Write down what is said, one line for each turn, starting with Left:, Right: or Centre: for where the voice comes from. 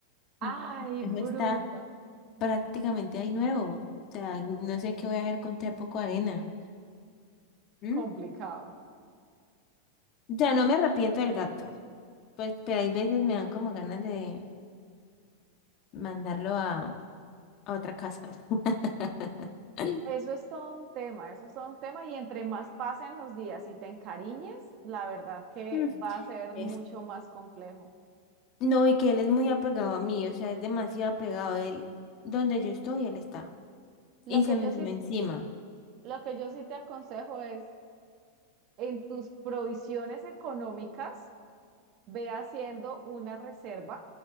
Right: Ay,
Left: y eso
Right: bruta,
Left: está prácticamente ahí nuevo. O sea, no sé qué voy a hacer con tan poco arena. ¿Mm?
Right: complicado.
Left: Ya no me arrepiento del gato, pues, pero hay veces me dan como ganas de mandarlo a, a otra casa. <laughs>
Right: Eso es todo un tema, eso es todo un tema y entre más pasen los días y te encariñes, la verdad que
Left: Mm.
Right: va a ser mucho
Left: Es,
Right: más complejo.
Left: no, y que él es muy apegado a mí, o sea, es demasiado apegado. Él, donde yo estoy, él está.
Right: Lo
Left: Y
Right: que
Left: se me
Right: yo
Left: sube
Right: sí,
Left: encima.
Right: lo que yo sí te aconsejo es en tus provisiones económicas, ve haciendo una reserva,